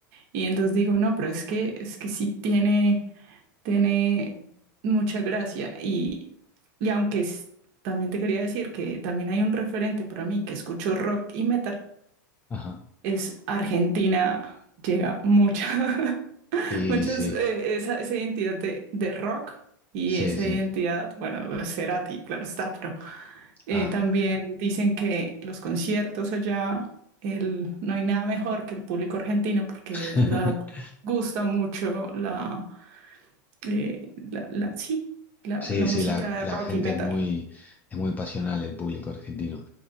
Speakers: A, on the right; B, on the left.
A: y entonces digo, no, pero es que es que sí tiene, tiene mucha gracia y, y aunque es- también te quería decir que también hay un referente para mí que escucho rock y metal,
B: Ajá.
A: es Argentina, llega mucha, <laughs>
B: Y
A: muchas,
B: sí,
A: eh, esa, esa identidad de, de rock y
B: sí,
A: esa
B: sí.
A: identidad, bueno, pues, Cerati, claro está, pero eh,
B: Ah.
A: también dicen que los conciertos allá, el, no hay nada mejor que el público argentino porque
B: <laughs>
A: de verdad gusta mucho la eh, la, la, sí, la,
B: Sí,
A: la música
B: sí, la, la
A: de rock
B: gente
A: y metal.
B: es muy, es muy pasional el público argentino,